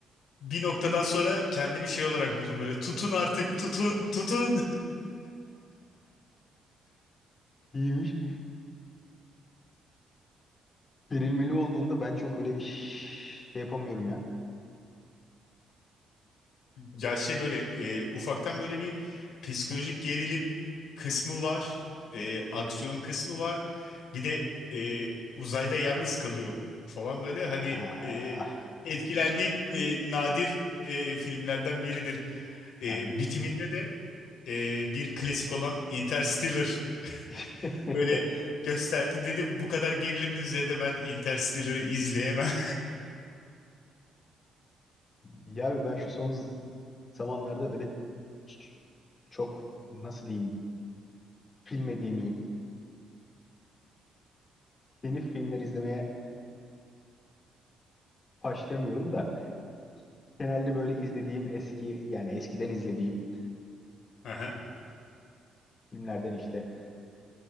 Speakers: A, on the left; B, on the left.
A: bir noktadan sonra kendimi şey olarak buldum böyle tutun artık tutun tutun
B: <laughs> İyiymiş. Gerilmeli olduğunda ben çok öyle ş- şey yapamıyorum ya.
A: Ya şey böyle e, ufaktan böyle bir psikolojik gerilim kısmı var, e, aksiyon kısmı var. Bir de e, uzayda yalnız kalıyor falan böyle hani
B: Ha,
A: e,
B: ah.
A: etkilendiğim e, nadir e, filmlerden biridir.
B: aynen.
A: E, bitiminde de e, bir klasik olan Interstellar
B: <laughs>
A: böyle gösterdi dedim bu kadar gerilimin üzerinde ben Interstellar'ı izleyemem.
B: Ya abi ben şu son z- zamanlarda öyle ç- çok nasıl diyeyim bilmediğim y- yeni filmler izlemeye başlayamıyorum da Genelde böyle izlediğim eski yani eskiden izlediğim
A: <laughs> Aha.
B: filmlerden işte